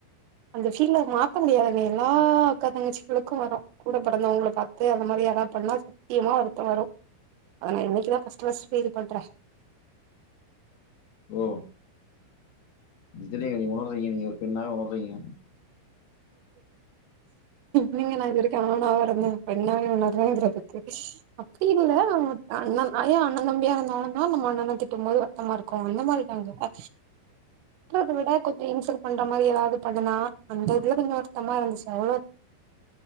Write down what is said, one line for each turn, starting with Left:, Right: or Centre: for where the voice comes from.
Right: அந்த ஃபீல்ல மாத்த முடியாதங்க எல்லா அக்கா தங்கச்சி கலுக்கு வரும் கூட பிறந்தவங்கள பாத்து அந்த மாரி யாராவது பண்ணா சத்தியமா வருத்த வரு அதனா இன்னைக்கு தா ஃபர்ஸ்ட் ஃபர்ஸ்ட் ஃபீல் பண்ற
Left: ஓ இதுலே நீ உணர்றீங்க நீங்க ஒரு பெண்ணாக உணர்தீங்க
Right: நா இது வரைக்கும் ஆனாவா இருந்த பெண்ணா உணர்ரேங்குறதுக்கு அப்டி இல்ல அண்ணன் அயா அண்ணன் தம்பியா இருந்தால தான் நம்ம அண்ணான தி உன்மையிலே வருரத்தமா இருக்கு அந்த மாரி அ எப்பை விட கொஞ்சே இன்சல்ட் பண்ற மாரி ஏதாவது பண்ணனா அந்த இதுல கொஞ்சோ வருத்தமா இருந்துச்சு அவ்ளோ